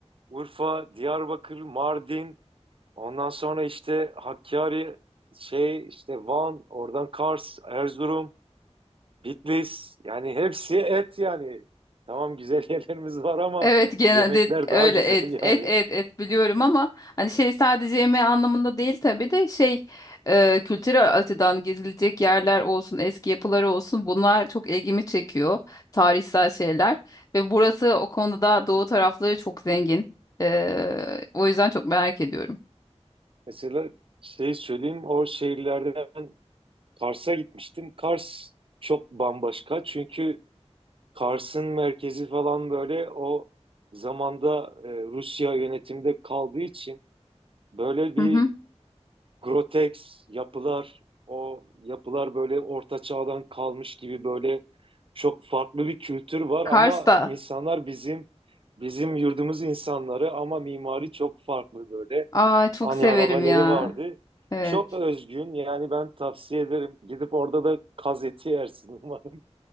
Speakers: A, on the right; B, on the left.
A: Urfa, Diyarbakır, Mardin, ondan sonra işte Hakkari, şey işte Van, oradan Kars, Erzurum. Bitlis yani hepsi et yani. Tamam güzel <laughs> yerlerimiz var ama
B: Evet genelde
A: yemekler
B: öyle
A: daha güzel
B: et et
A: yani.
B: et et biliyorum ama hani şey sadece yemeği anlamında değil tabii de şey e, kültürel açıdan gezilecek yerler olsun eski yapıları olsun bunlar çok ilgimi çekiyor tarihsel şeyler ve burası o konuda doğu tarafları çok zengin E, o yüzden çok merak ediyorum.
A: Mesela şey söyleyeyim o şehirlerden Kars'a gitmiştim. Kars çok bambaşka çünkü Kars'ın merkezi falan böyle o zamanda e, Rusya yönetimde kaldığı için böyle bir
B: Hı hı.
A: Grotex yapılar, o yapılar böyle orta çağdan kalmış gibi böyle çok farklı bir kültür var
B: Kars'ta
A: ama insanlar bizim bizim yurdumuz insanları ama mimari çok farklı böyle.
B: aa çok
A: Hani
B: severim
A: arabaları
B: ya
A: vardı.
B: evet
A: Çok özgün yani ben tavsiye ederim. Gidip orada da kaz eti yersin umarım.